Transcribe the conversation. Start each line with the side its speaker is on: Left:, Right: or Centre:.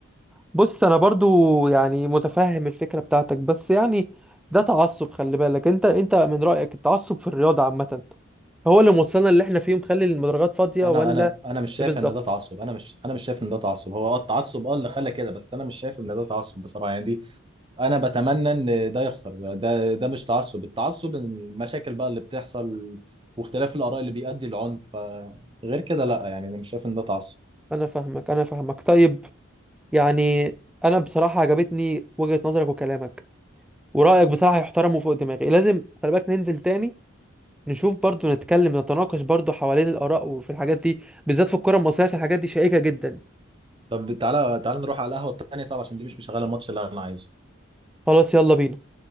Centre: بص انا برضو يعني متفهم الفكره بتاعتك بس يعني ده تعصب خلي بالك انت انت من رايك التعصب في الرياضه عامه هو اللي موصلنا اللي احنا فيه مخلي المدرجات فاضيه
Right: انا
Centre: ولا
Right: انا انا مش شايف
Centre: ايه بالظبط
Right: ان ده تعصب انا مش انا مش شايف ان ده تعصب هو اه التعصب اه اللي خلى كده بس انا مش شايف ان ده تعصب بصراحه يعني دي انا بتمنى ان ده يخسر ده ده مش تعصب التعصب ان المشاكل بقى اللي بتحصل واختلاف الاراء اللي بيؤدي لعنف فغير كده لا يعني انا مش شايف ان ده تعصب
Centre: انا فاهمك انا فاهمك طيب يعني انا بصراحه عجبتني وجهه نظرك وكلامك ورايك بصراحه يحترم وفوق دماغي لازم خلي بالك ننزل تاني نشوف برضو نتكلم نتناقش برضو حوالين الاراء وفي الحاجات دي بالذات في الكره المصريه عشان الحاجات دي شائكه جدا
Right: طب تعالى تعالى نروح على القهوه التانيه طب عشان دي مش مشغله الماتش اللي انا عايزه
Centre: خلاص يلا بينا